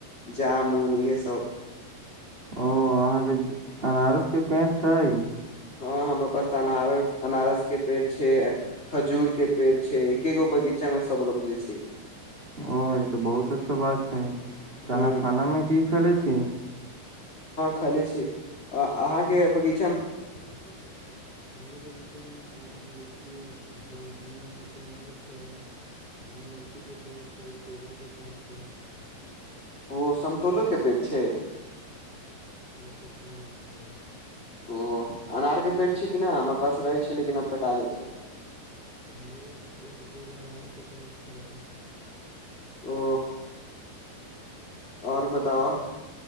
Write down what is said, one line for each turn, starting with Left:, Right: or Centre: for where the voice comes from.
Left: जामुन इएह सभ
Right: ओ अहाँके अनारस के पेड़ छै
Left: हँ हमरा पास तऽ अनारस अनारसके पेड़ छै खजूरके पेड़ छै एके गो बगीचामे सभ रोपले छी
Right: ओ ई तऽ बहुत अच्छा बात छै तऽ
Left: ह
Right: अहाँ खानामे की खयले छी
Left: खैलेछी आ अहाँके बगी
Right: बगीचा मे कोन कोन पेड़ छै हमरा बगीचा मे आम लीची उजा न छै <inaudible> आम लीची के पेड़ छै केला के पेड़ छै
Left: ओ समतोलो
Right: ओ
Left: के पेड़ छै
Right: कटहल <inaudible> गो
Left: ओ अनार के पेड़ छै कि नहि हमरा पास रहै छै लेकिन आब कटा गेल छै
Right: <inaudible>
Left: ओ आओर बताव